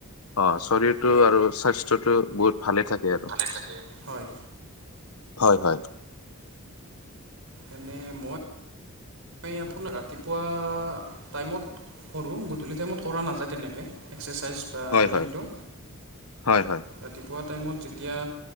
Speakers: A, on the left; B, on the right.
A: অ শৰীৰটো
B: হয়
A: আৰু স্বাস্থ্যটো বহুত ভালে থাকে আৰু
B: ভালে থাকে হয়।
A: হয় হয়।
B: এনে মই মই আপোনাৰ ৰাতিপুৱা টাইমত কৰোঁ গধূলি টাইমত কৰা নাযায় তেনেকে এক্সাৰচাইজ বা
A: হয়
B: ৰাণিংটো
A: হয় হয়
B: ৰাতিপুৱা টাইমত যেতিয়া